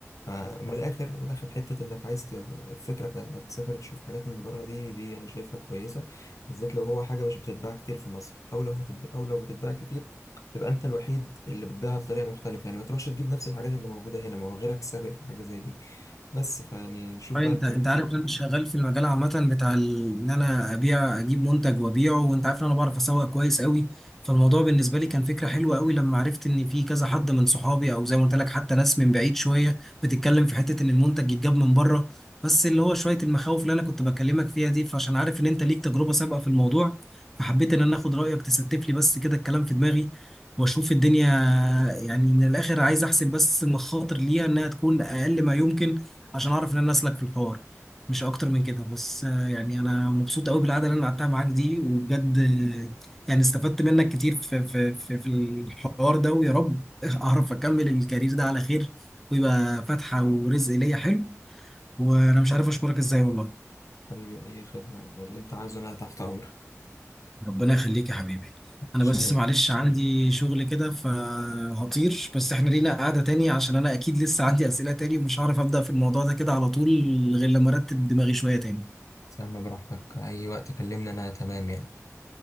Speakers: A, on the left; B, in the centre.
A: فمن الاخر من الاخر حته انك عايز ت- الفكره بتاعت انك تسافر تشوف حاجات من بره دي دي انا شايفها كويسه بالذات لو هو حاجه مش بتتباع كتير في مصر او لو هتتباع او لو بتتباع كتير تبقى انت الوحيد اللي بتبيعها بطريقه مختلفه يعني ما تروحش تجيب نفس الحاجات اللي موجوده هنا ما هو غيرك سابق في حاجه زي دي بس فيعني شوف
B: طيب،
A: بقى
B: انت
A: انت
B: انت
A: محتاج
B: عارف ان انا شغال في المجال عامه بتاع ال- ان انا ابيع اجيب منتج وابيعه وانت عارف ان انا بعرف اسوق كويس قوي فالموضوع بالنسبه لي كان فكره حلوه قوي لما عرفت ان في كذا حد من صحابي او زي ما قلت لك حتى ناس من بعيد شويه بتتكلم في حته ان المنتج يتجاب من بره بس اللي هو شويه المخاوف اللي انا كنت بكلمك فيها دي فعشان عارف ان انت ليك تجربه سابقه في الموضوع فحبيت ان انا اخد رايك تستف لي بس كده الكلام في دماغي واشوف الدنيا يعني من الاخر عايز احسب بس المخاطر ليها انها تكون اقل ما يمكن عشان اعرف ان انا اسلك في الحوار مش اكتر من كده بس آه، يعني انا مبسوط قوي بالقعده اللي انا قعدتها معاك دي وبجد آه، يعني استفدت منك كتير في في في, في الحوار ده ويا رب <laughs> اعرف اكمل الكارير ده على خير ويبقى فاتحه ورزق ليا حلو وانا مش عارف اشكرك ازاي والله
A: حبيبي اي خدمه اللي انت عايزه انا تحت امرك
B: ربنا يخليك يا حبيبي انا
A: شيء
B: بس معلش عندي شغل كده فهطير بس احنا لينا قعده تاني عشان انا اكيد لسه عندي اسئله تاني ومش هعرف ابدا في الموضوع ده كده على طول غير لما ارتب دماغي شويه تاني
A: سام براحتك اي وقت كلمني انا تمام يعني